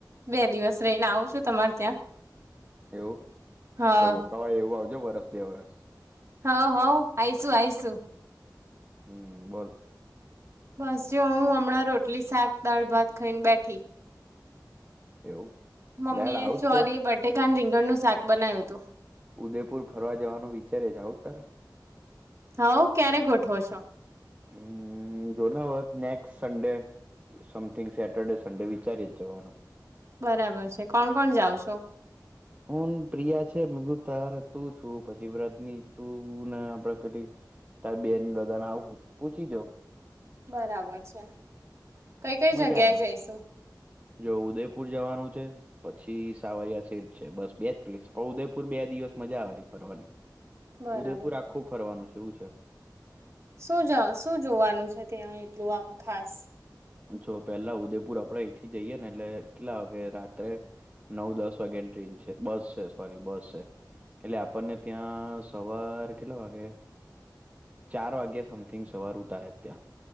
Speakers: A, on the right; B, on the right.
A: બે દિવસ રહીને આવું છું તમારે ત્યાં
B: એવું
A: હા
B: તો રોકાવા એવું આવજો વરસ બે વરસ
A: હા હ આઈશું આઈશું
B: હમ બોલ
A: બસ જો હું હમણાં રોટલી શાક દાળ ભાત ખાઈને બેઠી
B: એવું
A: મમ્મી
B: લેડ આવું
A: એ ચોરી
B: જ તો
A: બટાકા રીંગણનુંું શાક બનાવ્યું હતું
B: ઉદયપુર ફરવા જવાનું વિચારી છે આવું તાર
A: હ ક્યારે ગોઠવો છો
B: હમ હ જોના હો next Sunday something Saturday Sunday વિચારી જ જવાનું
A: બરાબર છે કોણ કોણ જાાવ છો
B: હું પ્રિયા છેધું તારે તું છું પછી વ્રતની તું ને આપડે પેલી તારી બે ને દધાને આવું હોય પૂછી જા
A: બરાબર છે કઈ કઈ જગ્યાએ
B: મજા આવે
A: જઈશુ
B: જો ઉદયપુર જવાનું છે પછી સાવરિયા શેઠ છે બસ બે જ પ્લેસ પણ ઉદયપુર બે જ દિવસ મજા આવેલી ફરવાની
A: બરાબર
B: ઉદયપુર આખું
A: છે.
B: ફરવાનું છે એવું છે
A: શું શું જોવાનું છે ત્યાં એટલું આમ ખાસ
B: જો પેલા ઉદેપુર આપણેે એહીથી જઈએ ને એટલે કેટલા વા કેે રાત્રે નવ દસ વાગ્યા ટ્રેન છે બસ છે સોરી બસ છે એટલે આપણને ત્યાં સવાર કેટલા વાગે ચાર વાગે સમથિંગ વાર ઉતારે ત્યાં